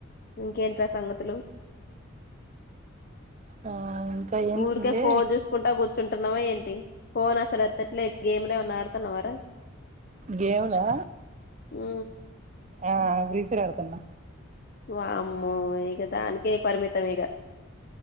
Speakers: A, on the left (about 45°); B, on the right (about 35°).
A: ఇంకేంట్రా సంగతులు
B: ఆ ఇంకా ఏంటంటే
A: ఊరికే ఫోన్ చూసుకుంటా కూర్చుంటున్నావా, ఏంటి ఫోన్ అసలు ఎత్తట్లే గేమ్లేమన్నా ఆడుతున్నావారా,
B: గేమ్లా
A: హు
B: ఆ బ్రీఫర అడుతున్న,
A: వామ్మో ఇక దానికే పరిమితం ఇక